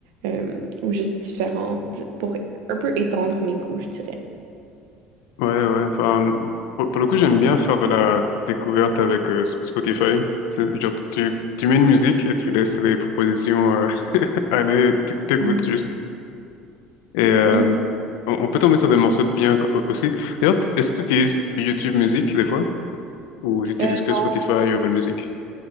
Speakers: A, on the right (about 85°); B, on the left (about 85°).
A: euh, ou juste différents pour un peu étendre mes goûts, je dirais.
B: Ouais, ouais, enfin, pour, pour le coup, j'aime bien faire de la découverte avec euh, S- Spotify. C'est, genre, tu, tu tu mets une musique et tu laisses les propositions euh, <laughs> aller, tu t'écoutes
A: Mm.
B: juste. Et euh,
A: Mm.
B: on, on peut tomber sur des morceaux bien co- aussi. D'ailleurs, t- est-ce que tu utilises YouTube Music des fois? Ou tu utilises
A: Euh,
B: que
A: non,
B: Spotify ou Apple Music?